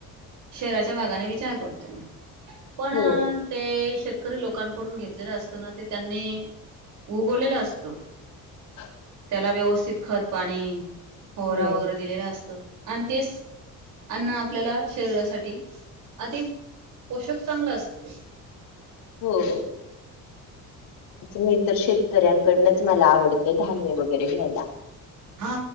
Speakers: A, on the right; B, on the left.
A: शहराच्या भागाने विचार करतो पण
B: हो
A: ते शेत करी लोकांकडून घेतलेलं असत ना ते त्यांनी उगवलेलं असतं
B: <inaudible>
A: त्याला व्यवस्थित खत पाणी होहरा
B: हो
A: वगैरे दिलेला असतं आणि तेच अन्न आपल्याला शरीरासाठी अति पोषक चांगलं असतं
B: हो हो मी तर शेतकऱ्यांकडनच मला आवडतं धान्य वगैरे घ्यायला
A: हा